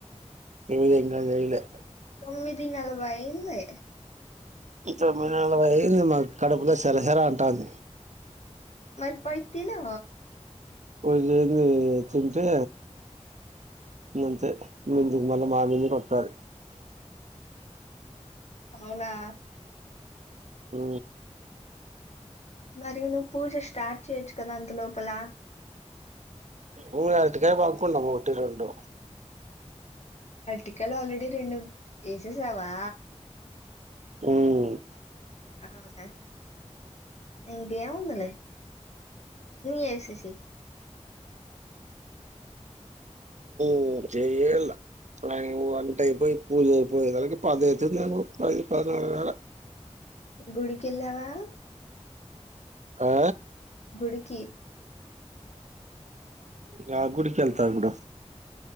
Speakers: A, on the right (about 75°); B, on the left (about 65°).
A: పూజ ఇంకా జయలే
B: తొమ్మిది నలభై అయింది
A: తొమ్మిది నెలబై అయింది మాకు కడుపులో సరసరా అంటుంది
B: మరి పైతినా
A: పూజ లేదు ఏం లేదు తింటే నుంచిే ముందుుకు మళ్ళీ మామిని కొ వస్తారు
B: అవునా
A: అ
B: మరియు నువ్వు పూజ స్టార్ట్ చేయొచ్చు కదా అంత లోపల
A: ఉ అర్టీకాయ బాగుకుంమ్ ఒటి రెండు
B: అర్టికయలు ఆల్రెడీ రెండు వేసేసావా
A: హుమ్
B: ఆహ ఎకేవుందిలే సిం చెసేసై
A: హు జెఏళ్ళ వంట అయిపోయి పూజ అయిపోయియే దాలకి పదైతుందేమొ పది పదన్నర
B: గుడికిెళ్లావా
A: ఆ
B: గుడికి
A: యా గుడికిెళ్తావ్ ఇప్పుడు